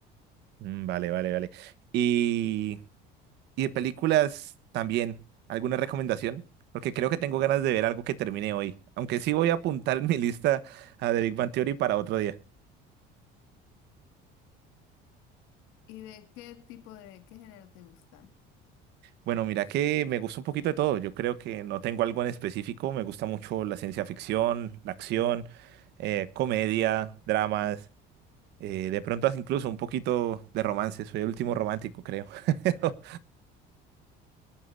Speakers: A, on the right; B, on the left.
A: Mm, Vale, vale, vale. Y, y de películas también, ¿alguna recomendación? Porque creo que tengo ganas de ver algo que termine hoy. Aunque sí voy a apuntar <laughs> en mi lista a The Big Bang Theory para otro día.
B: ¿Y de qué tipo de, qué género te gusta?
A: Bueno, mira que me gusta un poquito de todo. Yo creo que no tengo algo en específico. Me gusta mucho la ciencia ficción, la acción, eh, comedia, dramas. eh, de pronto hasta incluso un poquito de romance. Soy el último romántico, creo. <laughs>